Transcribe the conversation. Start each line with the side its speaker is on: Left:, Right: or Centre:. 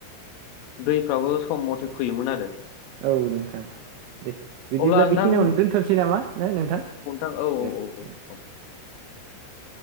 Left: दैफ्राबो सम मथे फैयोमोन आरो।
Right: औ नोंथां दे बिदिब्ला
Left: अब्ला नोंथां
Right: बेखिनियावनो दोनथ'नोसै नामा ना नोंथां?
Left: औ औ
Right: दे
Left: औ औ औ।
Right: <inaudible>